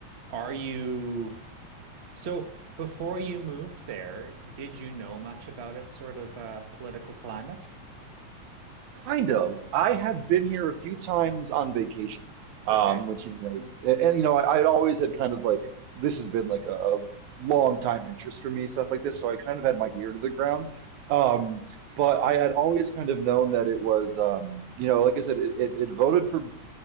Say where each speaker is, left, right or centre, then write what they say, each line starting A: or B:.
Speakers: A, on the right; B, on the right.
A: are you so before you moved there, did you know much about its sort of uh, political climate?
B: Kind of. I had been here a few times on vacation, um,
A: Okay.
B: which you know, and, and, you know, I, I'd always had kind of like this has been like a, a long time interest for me, stuff like this. So I kind of had my ear to the ground. Um, but I had always kind of known that it was, um, you know, like I said, it, it, it voted for.